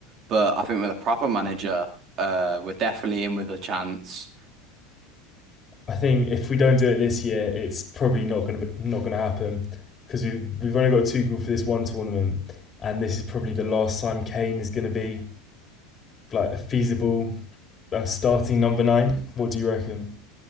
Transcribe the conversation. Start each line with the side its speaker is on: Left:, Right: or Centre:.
Right: But I think with a proper manager, uh, we're definitely in with a chance.
Left: I think if we don't do it this year, it's probably not gonna not gonna happen because we we've only got Tuchel for this one tournament, and this is probably the last time Kane is gonna be like a feasible uh, starting number nine. What do you reckon?